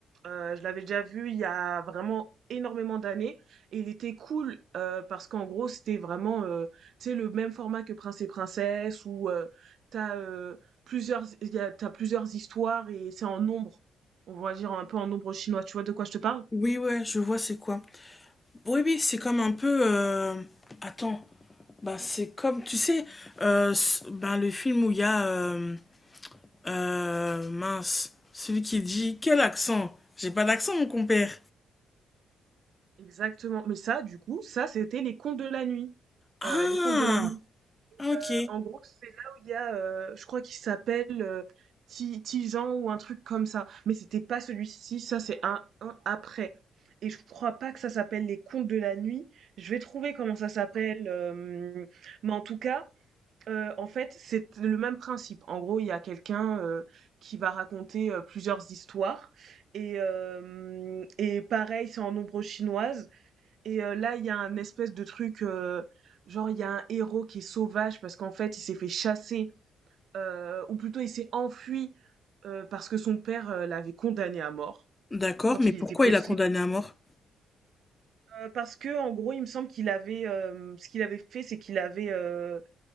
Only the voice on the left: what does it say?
Oui, ouais, je vois c'est quoi. Oui, oui, c'est comme un peu. euh, Attends, bah, c'est comme, tu sais, euh, s- ben, le film où il y a. euh, euh, mince, celui qui dit Quel accent? J'ai pas d'accent, mon compère.
Ah,
ok.
D'accord,
mais pourquoi
il a condamné à mort?